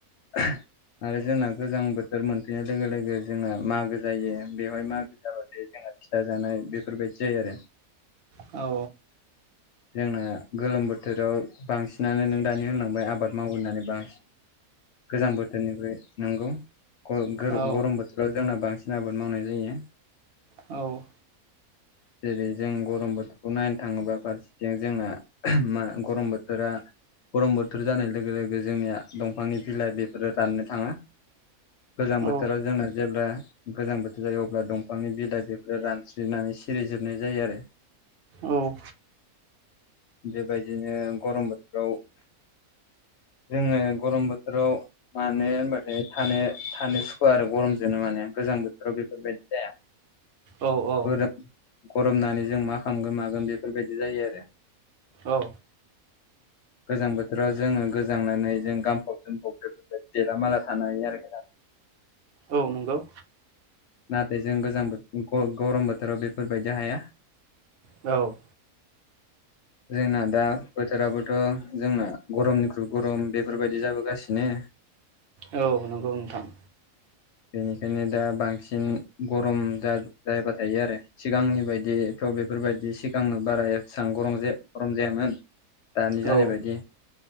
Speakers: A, on the left (about 65°); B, on the right (about 60°).
A: <unintelligible> आरो जोंना गोजां बोथोर मोनफैनाय लोगो-लोगो जोंना मागो जायो बेवहाय मागो जा जोंना फिथा जानाय बेफोरबायदि जायो आरो
B: औ
A: जोंनो गोलोम बोथोराव बांसिनानो नों दानि होनलांबाय आबाद मावो होननानै बा गोजां बोथोरनिफ्राय नंगौ ग गोरो
B: औ
A: गरम बोथोर फ्राव जोंना बांसिन आबाद मावनाय जायो।
B: औ।
A: जेरै जों गरम बोथोरखौ नायनो थाङोबा फार जों जोंना मा गरम बोथोरा गरम बोथोर जानाय लोगो लोगो जोंनिया दंफांनि बिलाय बेफोरो राननो थाङो। गोजां
B: औ
A: बोथोराव जोंना जेब्ला गोजां बोथोर जायो अब्ला दंफांनि बिलाय बेफोर रानस्रिनानै सिरिजोबनाय जायो आरो।
B: औ।
A: बेबायदिनो गरम बोथोराव जोङो गरम बोथोराव मानो होनबाथाय थानो थानो सुखुव आरो गरमजोंनो माने गोजां बोथोराव बेफोरबायदि जाया।
B: औ
A: गोरो गरमनानै जों मा खालामगोन मागोन बेफोरबायदि जायो आरो।
B: औ।
A: गोजां बोथोराव जोङो गोजांनानै जों गानफब जोमफब बेफोरबायदि देलामाला थानो हायो आरो।
B: औ नंगौ।
A: नाथाय जों गोजां बोथोर ग-गरम बोथोराव बेफोरबायदि हाया।
B: औ।
A: जोंना दा बोथोराबोथ' जोंना गरमनिख्रुय गरम बेफोरबायदि जाबोगासिनो।
B: औ नंगौ नोंथां।
A: बेनिखायनो दा बांसिन गरम जा-जाबाय थायो आरो। सिगांनि बायदिथ' बेफोरबायदि सिगांनो बारा एसां गरम जाया गरम जायामोन। दानि जानाय
B: औ
A: बायदि।